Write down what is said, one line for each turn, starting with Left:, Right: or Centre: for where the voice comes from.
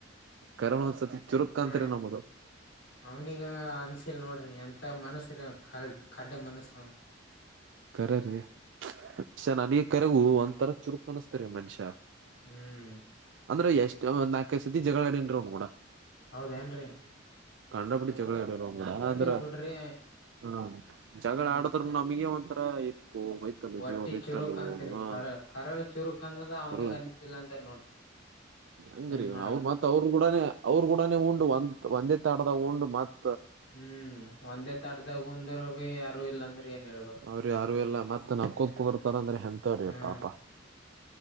Right: ಕರಳು ಒಂದ್ಸತಿ ಚುರುಕ್
Left: ಹ್ಮ್
Right: ಅಂತರಿ ನಮ್ಮದು.
Left: ಅವ್ನಿಗ ಅನ್ಸಿಲ್ ನೋಡ್ರಿ ಎಂತ ಮನಸರ ಕಡ್ ಮನಸ್ಸ.
Right: ಕರ ರೀ ಮನುಷ್ಯ ನನಗೆ ಕರಗೂ ಒಂದ ತರ ಚುರುಕ್ ಅನಿಸತರಿ ಮನುಷ್ಯ.
Left: ಹ್ಮ್
Right: ಅಂದ್ರೆ ಎಷ್ಟ ಒಂದ ನಾಕೈ ಸತಿ ಜಗಳಾಡನ್ರು ಕೂಡ.
Left: ಹೌದ ಏನ್ರಿ.
Right: ಕಂಡಪಿಡಿ ಜಗಳ ಅಡಿವಿ <unintelligible> ಅಂದ್ರೆ.
Left: ಬಿಡ್ರಿ
Right: ಹಾ ಜಗಳ
Left: ಹ್ಮ್
Right: ಆಡದರು ನಮಗೆ ಒಂಥರ. ಹೊಯ್ತಲು
Left: ಒಟ್ಟಿ
Right: ಜೀವ ಹೊಯ್ತಲು
Left: ಚುರುಕ್ ಕಂತರಿ
Right: ಹ
Left: ಕರ ಕರಳ ಚುರುಕ್ಂದದ ಅವ್ನಿಗೆ
Right: ಮರಳ
Left: ಅಂದಿದ್ದಿಲ್ಲ ಅಂದ ನೋಡ್ರಿ.
Right: ಹೆಂಗ್ರೀ
Left: ಏನ್ ಮಾಡಕ್
Right: ಅವ್ರರು ಮತ್ತ ಅವರು ಕೂಡನೆ ಅವರು ಕೂಡ. <unintelligible> ಒ ಒಂದೇ ತಡದ ಉಂಡು ಮತ್ತ.
Left: ಹ್ಮ್ ಒಂದೇ ತಡದಗಂದರು ಭ ಯಾರೂ ಇಲ್ಲ ಅಂದ್ರೆ ಏನ್ ಹೇಳ್ಬೇಕು.
Right: ಅವ್ರಿ ಯಾರು ಎಲ್ಲ ಮತ್ತ ನಕ್ಕೊಂಡ ಕುೂರ್ತಾರ ಅಂದ್ರೆ ಎಂಥವ್ರು
Left: ಹ್ಮ್
Right: ಪಾಪ.